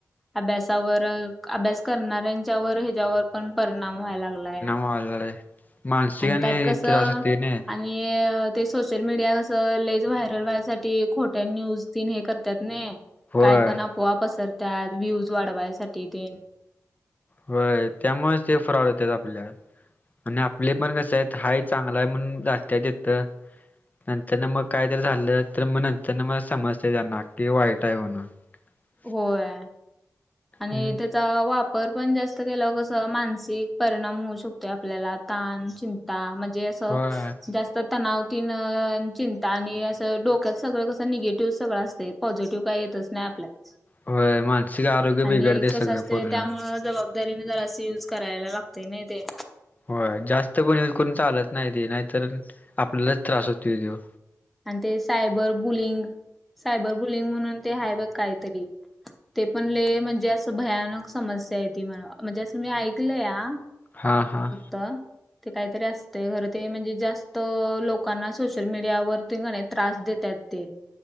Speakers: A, in the centre; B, on the left (about 30°).
A: अभ्यासावर अभ्यास करणाऱ्यांच्यावर ह्याच्यावर पण परिणाम व्हाय लागला या.
B: अवघड आहे मानसि आणि
A: त्यात कसं
B: असं तेनी.
A: आणि ते सोशल मीडिया कंस लयच व्हायरल व्हायसाठी खोट्या न्यूज तीन हे करतात नी.
B: होय
A: काय पण अफ़वा पसरवतात व्ह्यूज वाढवायसाठी ते.
B: होय त्यामुळेच ते फ्रॉड होत्यात ते आपल्या. आणि आपले पण कसे आहेत हाय चांगला आहे म्हणून जात्यात तिथं. नंतर ना मग काय जरी झालं तर मग नंतर ना मग समजत त्यांना की वाईट आहे म्हणून. <inaudible>
A: होय आणि
B: हम्म
A: ते. चा वापर पण जास्त केलावर कस मानसिक परिणाम होऊ शकतो आपल्याला ताण चिं. ता म्हणजे असं
B: होय
A: जास्त तणाव. तीन चिंता आणि असं डोक्यात सगळं कसं निगेटिव्ह सगळं असते पॉझिटिव्ह काही येतच नाही आपल्यात.
B: होय मानसिक आरोग्य
A: आणि
B: बिघडते सगळं
A: कस असतय
B: पूर्ण.
A: त्यामुळ ज. बाबदरीन जरा अस युज करायला लागते नाही ते.
B: हो जास्त पण यूज करून चालत नाही ते नाहीतर आपल्यालाच त्रास होतोय तोय.
A: आणि ते सायबर बुलिंग सायबर बुलिंग म्हणून ते आहे बघ काहीतरी. ते पण ले म्हणजे अस भयानक. समस्या आहे ती म्हणा म्हणजे मी ऐकलंय हा.
B: हां हां.
A: त काहीतरी असतेय घर ते म्हणजे जास्त लोकांना सोशल मीडियावर. ते का नाही त्रास देत्यात ते.